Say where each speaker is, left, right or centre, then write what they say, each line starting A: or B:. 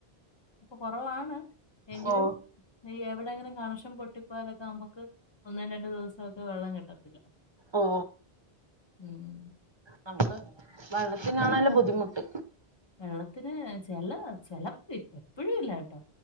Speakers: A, on the left; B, on the right.
A: കൊറവാണ് എങ്കിലും
B: ഓ
A: ഈ എവിടെങ്കിലും കണഷം പൊട്ടി പ്പേലെക്കമ്മക്ക് ഒന്നും രണ്ടു ദിവസം ഒക്കെ വെള്ളം കിട്ടത്തില്ല
B: ഓ
A: ഉം
B: നമുക്ക് വെള്ളത്തിനാണല്ല ബുദ്ധിമുട്ട്
A: വെള്ളത്തിന് ചില ചെലപ്പോ എപ്പഴും ഇല്ലട്ടോ